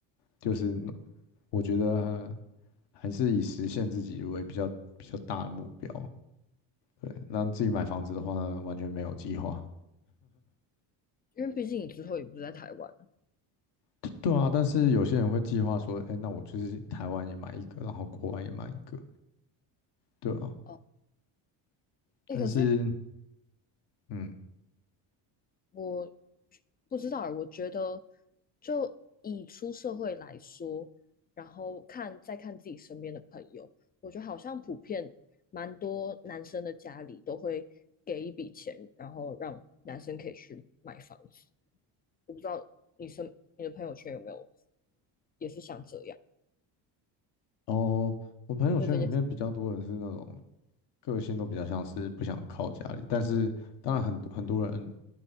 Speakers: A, on the left; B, on the left.
A: 就是我觉得还是以实现自己为比较比较大的目标。对，那自己买房子的话呢，完全没有计划。
B: 因为毕竟你之后也不是在台湾了。
A: 对对啊，但是有些人会计划说，哎，那我就是台湾也买一个，然后国外也买一个，对啊。
B: 哦，哎、
A: 但是，
B: 可是
A: 嗯，
B: 我不知道欸，我觉得就以出社会来说，然后看再看自己身边的朋友，我觉得好像普遍蛮多男生的家里都会给一笔钱，然后让男生可以去买房子。我不知道你身你的朋友圈有没有也是像这样？
A: 哦，我朋友圈里面比较多人是那种。
B: 你对这件事，
A: 个性都比较像是不想靠家里，但是当然很很多人